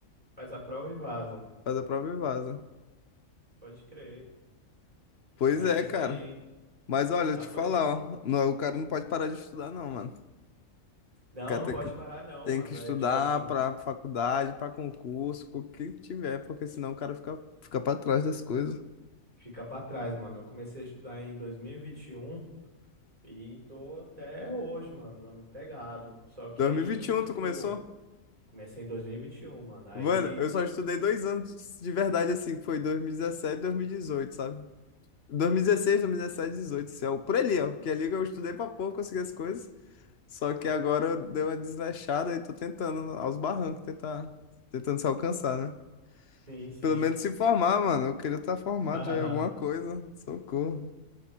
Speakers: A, on the right; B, on the left.
A: Faz a prova e vaza.
B: Faz a prova e vaza.
A: Pode crer.
B: Pois
A: Não, é
B: é,
A: isso
B: cara.
A: aí.
B: Mas olha,
A: Não,
B: eu te
A: pois.
B: falar, ó, não, o cara não pode parar de estudar, não, mano.
A: Não,
B: O cara
A: não
B: tem
A: pode
B: que,
A: parar, não,
B: tem
A: mano.
B: que estudar
A: É tipo assim,
B: pra faculdade, pra concurso, com o que tiver, porque senão o cara fica, fica pra trás das coisas.
A: fica pra trás, mano. Eu comecei a estudar em dois mil e vinte e e um e tô até hoje, mano, na- pegado. Só que
B: 2021,
A: aí, tipo,
B: tu começou?
A: comecei em dois mil e e vinte e um mano. Aí,
B: Mano, eu só estudei dois anos de verdade, assim, que foi 2017, 2018, sabe? 2016, 2017, 2018, assim, ó, por ali, ó. Porque ali que eu estudei pra pouco, consegui as coisas. Só que agora deu uma desleixada e tô tentando, aos barrancos, tentar, tentando se alcançar, né?
A: sim, sim.
B: Pelo menos se formar, mano. Eu queria estar formado
A: <laughs>
B: já em alguma coisa. Socorro.